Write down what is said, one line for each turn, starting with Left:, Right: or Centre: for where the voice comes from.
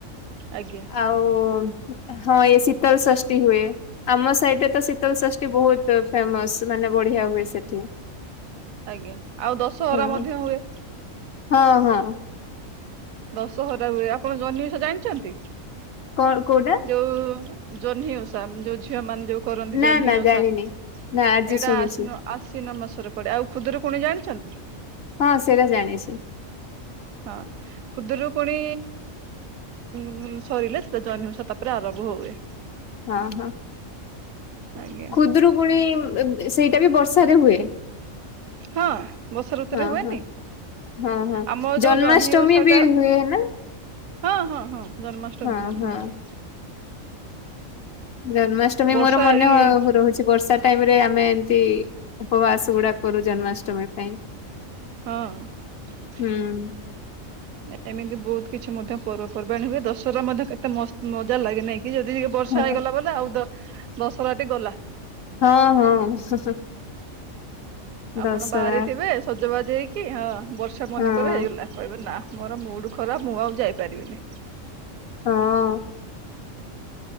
Right: ଆଜ୍ଞା
Left: ଆଉ ହଁ ଏଇ ଶୀତଳ ଷଷ୍ଠୀ ହୁଏ। ଆମ ସାଇଡ଼ରେ ରେ ତ ଶୀତଲଷଷ୍ଠୀ ବହୁତ୍ ଫେମସ୍ ମାନେ ବଢିଆ ହୁଏ ସେଠି।
Right: ଆଜ୍ଞା। ଆଉ ଦଶହରା
Left: ହଁ।
Right: ମଧ୍ୟ ହୁଏ।
Left: ହଁ ହଁ।
Right: ଦଶହରା ହୁଏ। ଆପଣ ଜହ୍ନି ଓଷା ଜାଣିଛନ୍ତି
Left: କଣ କୋଉଟା
Right: ଯୋଉ ଜହ୍ନି ଓଷା ଯୋଉ ଝିଅ ମାନେ ଯୋଉ କରନ୍ତି
Left: ନା
Right: ଜହ୍ନି
Left: ନା
Right: ଓଷା
Left: ଜାଣିନି। ନା ଆଜି
Right: ଏଇଟା
Left: ଶୁଣୁଛି
Right: ଆଶ୍ଵିନ ଆଶ୍ଵିନ ମାସରେ ପଡେ। ଆଉ ଖୁଦୁରୁକୁଣୀ ଜାଣିଛନ୍ତି?
Left: ହଁ ସେଇଟା ଜାଣିଛି।
Right: ହଁ। ଖୁଦୁରୁକୁୁଣୀ ଉଁ ସରିଲେ ସେଟା ଜହ୍ନି ଓଷା ତାପରେ ଆରମ୍ଭ ହୁଏ।
Left: ହଁ ହଁ
Right: ଆଜ୍ଞା
Left: ଖୁଦୁରୁକୁଣୀ ସେଇଟା ବି ବର୍ଷାରେ ହୁଏ।
Right: ହଁ ବର୍ଷା ଋତୁରେ
Left: ହଁ
Right: ହୁଏନି?
Left: ହଁ ହଁ ହଁ
Right: ଆମର ଯୋଉ
Left: ଜନ୍ମାଷ୍ଟମୀ
Right: ଜହ୍ନି ଓଷା
Left: ବି
Right: ଟା
Left: ହୁଏ ନା?
Right: ହଁ ହଁ ହଁ ଜନ୍ମାଷ୍ଟମୀ
Left: ହଁ
Right: ମଧ୍ୟ
Left: ହଁ।
Right: ହୁଏ।
Left: ଜନ୍ମାଷ୍ଟମୀ
Right: ବର୍ଷା
Left: ମୋର ମନେ
Right: ଏଇ
Left: ହ ରହୁଛି ବର୍ଷା ଟାଇମ୍ ରେ ଆମେ ଏମତି ଉପବାସ ଗୁଡା କରୁ ଜନ୍ମାଷ୍ଟମୀ ପାଇଁ
Right: ହଁ।
Left: ହୁଁ
Right: ଏମିତି ବହୁତ୍ କିଛି ମଧ୍ୟ ପର୍ବପର୍ବାଣି ହୁଏ। ଦଶହରା ମଧ୍ୟ କେତେ ମସ୍ତ ମଜା ଲାଗେ ନାଇକି ଯଦି ଟିକେ ବର୍ଷା
Left: ହଁ
Right: ହେଇଗଲା ବୋଲେ ଆଉ ଦ-ଦଶହରାଟି ଗଲା।
Left: ହଁ ହଁ <unintelligible> ଦଶହରା
Right: ଆପଣ ବାହାରେଥିବେ ସଜବାଜ ହେଇକି ହଁ ବର୍ଷ୍ ର୍ଷା ମନେକର
Left: ହଁ।
Right: ହେଇଗଲା କହିବେ ନା ମୋର ମୁଡ୍ ଖରାପ ମୁଁ ଆଉ ଯାଇପାରିବିନି।
Left: ହଁ।